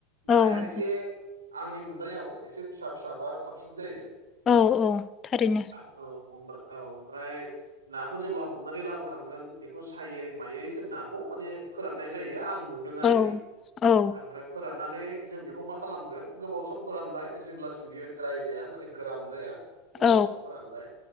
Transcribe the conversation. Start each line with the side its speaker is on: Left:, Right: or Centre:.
Left: औ
Right: नाया
Left: औ
Right: एसे आंनि नुनायाव एसे फिसा फिसाबा साबसिन जायो।
Left: औ औ थारैनो
Right: अ अब्राहाम औ अमफ्राय नाखौ जेब्ला हमनानै लाबोखांगोन बेखौ सायै मायै जों नाखौ माने फोराननाय जायो आं नु दों आरोखि
Left: औ औ
Right: आमफ्राय फोराननानै जों बेखौ मा खालामगोन गोबाव सम फोरानबाय जेब्लासिम बियो द्राय जाया माने गोरान जाया। अब्लासिम
Left: औ
Right: फोरानबाय